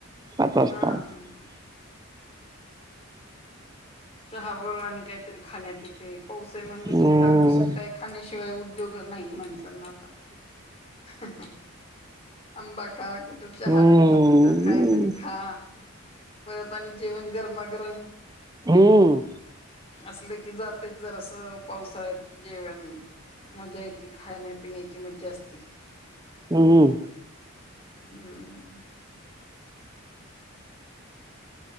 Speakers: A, on the right; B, on the left.
A: पाच वाजता
B: हा हा हा. चहा बरोबर आणि काहीतरी खाण्यात येते पाऊस हाय म्हटलं
A: हम्म
B: की घरात बसून काय खाण्याशी शिवाय उद्योग नाई माणसांना आता आंबा खा, कुठं चहा
A: हम्म
B: पि, कुठं काय तरी खा परत आणि जेवण गरमागरम
A: हम्म.
B: असलं की जातयच जरासं पावसाळ्यात जेवण. मजा येते खाण्यापिण्याची मज्जा असते.
A: हम्म.
B: हम्म.